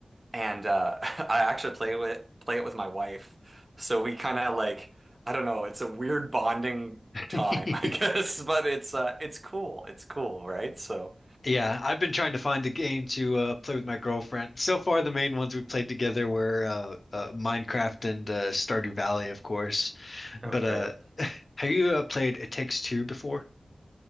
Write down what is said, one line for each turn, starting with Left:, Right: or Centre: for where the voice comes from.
Right: and uh <laughs> I actually play with play it with my wife. So we kind of like I don't know, it's a weird bonding
Left: <laughs>
Right: time, <laughs> I guess, but it's uh it's cool. It's cool, right? So
Left: Yeah, I've been trying to find a game to uh, play with my girlfriend. So far, the main ones we played together were uh, uh, Minecraft and uh, Stardew Valley, of course. But
Right: okay.
Left: uh, have you uh, played It Takes Two before?